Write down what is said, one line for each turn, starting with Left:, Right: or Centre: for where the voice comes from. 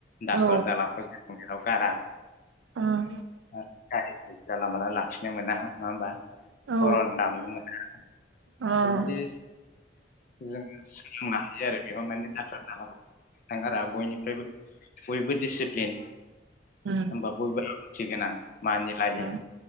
Left: दाखोर
Right: औ
Left: दालाखौ जेराव मेराव गारा
Right: उम
Left: <unintelligible> गारि जाला माला लाखिनो मोना नङा होमबा
Right: औ
Left: हर'न दामनो मोना
Right: उम
Left: दा बिदि जों सोलोंनो हायो आरो बेयाव माने दाखोर दालाखौ थांगारा बयनिफ्रायबो बयबो डिसिप्लिन होमबा
Right: उम
Left: बयबो आब्रुथि गोनां मानिलायो
Right: उम